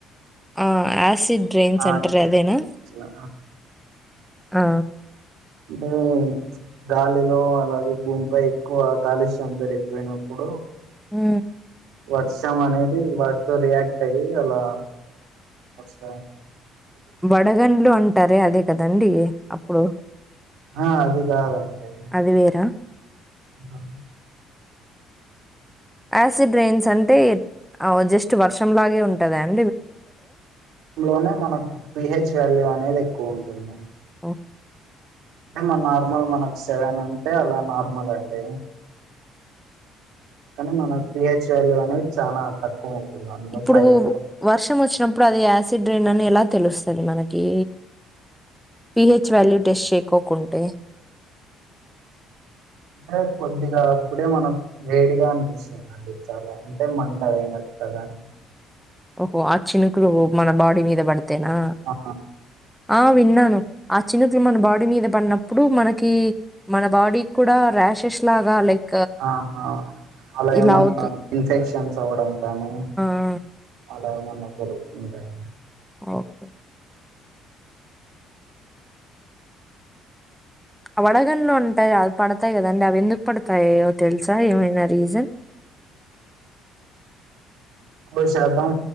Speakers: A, in the centre; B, on the right.
A: ఆ ఆసిడ్ డ్రైన్స్
B: ఆ
A: అంటర్ అదేనా
B: అసలు
A: ఆ
B: టే గాలిలో అలాగే భూమిపై ఎక్కువ కాలుష్యం పెరిగిపోయినప్పు
A: మ్
B: వర్సం అనేది వాటితో రియాక్ట్ అయ్యి అలా వస్
A: వడగంన్లు అంటారే అదే కదండి అప్పుడు
B: ఆ అవి కాదండి
A: అది వేరా
B: ఆ
A: యాసిడ్ రైన్స్ అంటే అవ్ జస్ట్ వర్షంలాగే ఉంటదండి
B: లోనే మనకు పిహెచ్ వాల్యూ అనేది ఎక్కువ ఉంటుంది
A: ఓ
B: అంటే మ నార్మల్ మనకు సెవెన్ ఉంటే అలా నార్మల్ అండి కానీ మనక్ పిహెచ్ వాల్యూ అనేది చాలా తక్కువ ఉంటుంది అందులో
A: ఇప్పుడు
B: ఫైవ్
A: వర్షం వచ్చినప్పుడు అది యాస్ సిడ్రేన్ అని ఎలా తెలుస్తది మనకి పీహెచ్ వాల్యూ టెస్ట్ చేకోకుంటే
B: అంటే కొద్దిగా అప్పుడే మనక్ వేడిగా అనిపిస్తుందం డి చాలా అంటే మంట అనట్ కద
A: ఓహో ఆ చినుకులు మన బాడీ మీద పడుతేనా
B: ఆ
A: ఆ విన్నాను ఆ చినుకులు మన బాడీ మీద పడినప్పుడు మనకి మన బాడీ కూడా ర్యాషెస్ లాగా లైక్
B: ఆహా అలా
A: ఇలా
B: ఏమన్నా
A: అవుతు
B: ఇన్ఫెక్షన్స్ అవ్వడం కానీ
A: ఆ
B: అలా ఎమన్న జరుగుతుంటాయి
A: ఓకే వడగళ్ళు ఉంటాయి అవి పడతాయి కదండి అవి ఎందుకు పడుతాయో తెలుసా ఏమైనా రీజన్ <inaudible>
B: బై శాతం